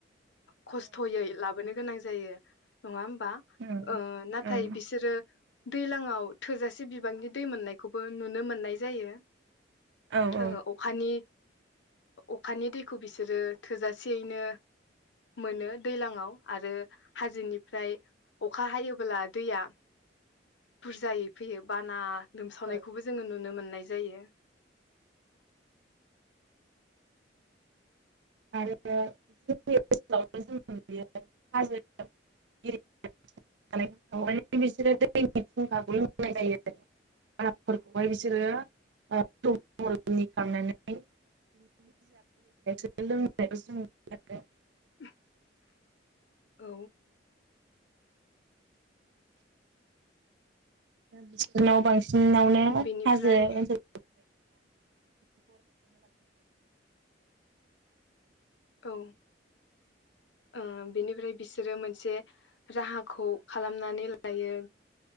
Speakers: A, on the left; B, on the right.
A: खस्थयै लाबोनो गोनां जायो नङा होम बा
B: औ
A: ओ नाथाय
B: औ
A: बिसोरो दैलां आव थोजासे बिबांनि दै मोननायखौबो नुनो मोननाय जायो।
B: औ
A: ओ अखानि अखानि दैखौ बिसोरो थोजासेयैनो मोनो दैलाङाव आरो हाजोनिफ्राय अखा हायोब्ला दैया बुरजायै फैयो बाना लोमसावनायखौबो
B: औ
A: जोङो नुनो मोना य जायो।
B: आरो जों ओनसोलाव जों नुयो हाजो <unintelligible> बिसोरो दैनि फुंखाखौ बुंनाय जायो आरो फोरखौहाय बिसोरोनि खालामनानै <unintelligible> लोंनायखौ जों नु
A: <unintelligible> औ
B: बिसोरनाव बांसिनावनो
A: बेनिफ्राय
B: हाजो ओनसोल <unintelligible>
A: औ ओ बेनिफ्राय बिसोरो मोनसे राहाखौ खालामनानै लायो